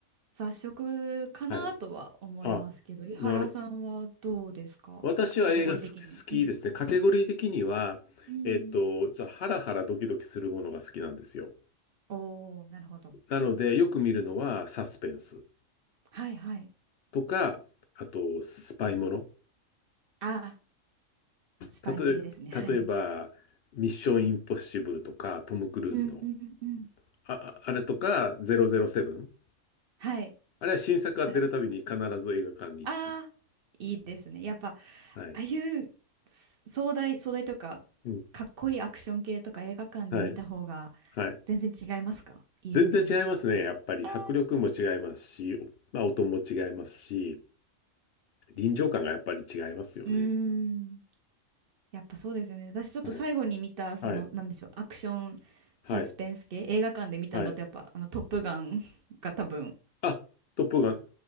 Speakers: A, on the right; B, on the left.
A: 雑食かなとは思いますけど、
B: はい。あ、
A: 井原さんはどうですかカテゴリー的には。
B: なる。私は映画す好きですね。
A: うん。
B: カテゴリー的には、
A: うん。
B: えっと、じゃあハラハラドキドキするものが好きなんですよ。
A: おおー、なるほど。
B: なので、よく見るのはサスペンス
A: はいはい。
B: とか、あと、スパイもの。
A: あ、スパイ系ですね。
B: たとえ、
A: はい。
B: 例えば、ミッションインポッシブルとか、トム・クルーズの、
A: うんうんうんうん。
B: あ、ああれとか、007。
A: はい。
B: あれは新作が出るたびに必ず映画館に行って。
A: プラス。ああ、いいですね。やっぱ、あ
B: はい。
A: あいうす壮大、壮大とか、
B: うん。
A: かっこいいアクション系とか映画館で見た方が
B: はい。はい。
A: 全然違いますか家で見るのとはやっぱり。
B: 全然違いますね。やっぱり迫力も違いますし、
A: ああ、そ
B: まあ、音も違いますし、臨場感がやっぱり違いますよね。
A: うですよ。うーん。やっぱそうですよね。私ちょっと最後に見た、
B: はい。
A: その、
B: はい。
A: なんでしょう、アクションサスペンス系、
B: はい。
A: 映画館で見たんだと、
B: はい。
A: やっぱ、あの、トップガン <laughs> が多分、
B: あ、トップガン。